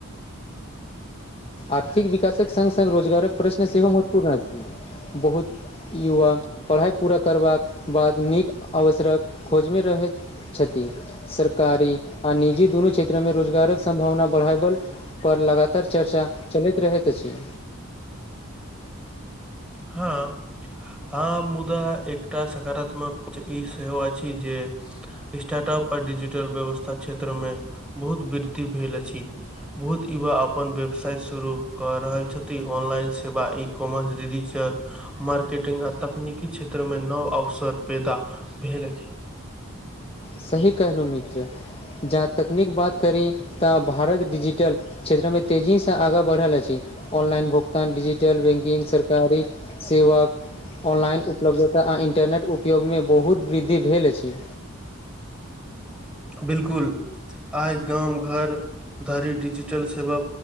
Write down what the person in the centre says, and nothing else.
हँ हँ मुदा एकटा सकारात्मक ई सेहो अछि जे स्टार्टअप आ डिजिटल व्यवस्था क्षेत्र मे बहुत वृद्धि भेल अछि बहुत युवा अपन व्यवसाय शुरू कऽ रहल छथि ऑनलाइन सेवा ई कॉमर डि़रीचल मार्केटिंग आ तकनीकी क्षेत्र मे नव अवसर पैदा भेल अछि
बिलकुल आइ गाम घर धरि डिजिटल सेवा